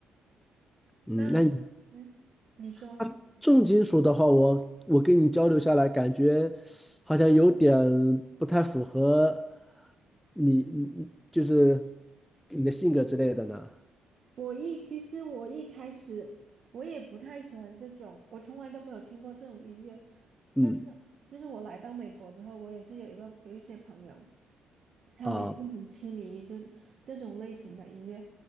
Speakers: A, in the centre; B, on the right.
A: 嗯，
B: 那
A: 那你
B: 嗯，你说，
A: 他重金属的话，我我跟你交流下来，感觉好像有点不太符合你，你就是你的性格之类的呢。
B: 我一其实我一开始我也不太喜欢这种，我从来都没有听过这种音乐。
A: 嗯，
B: 但是就是我来到美国之后，我也是有一个有一些朋友，他们就很痴迷于这这种类型的音乐，
A: 啊。